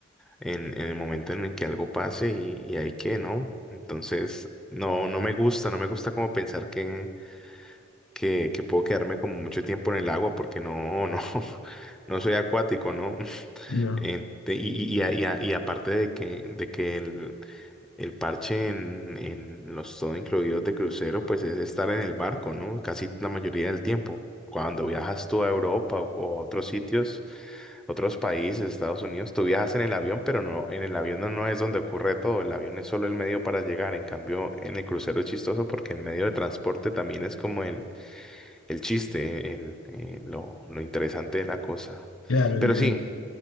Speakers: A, in the centre; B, on the left.
A: en, en el momento en el que algo pase y, y hay que, ¿no? Entonces, no, no me gusta, no me gusta como pensar que, que, que puedo quedarme como mucho tiempo en el agua porque no, no, <laughs> no soy acuático, ¿no?
B: No.
A: En- te- y, y- y a- y a- y aparte de que, de que el, el parche en, en los todo incluidos de crucero, pues es estar en el barco, ¿no? Casi la mayoría del tiempo. Cuando viajas tú a Europa o, o a otros sitios, otros países, Estados Unidos, tú viajas en el avión, pero no, en el avión no, no es donde ocurre todo. El avión es solo el medio para llegar. En cambio, en el crucero es chistoso porque el medio de transporte también es como el, el chiste, el, eh, lo, lo interesante de la cosa.
B: Claro, eh,
A: Pero sí.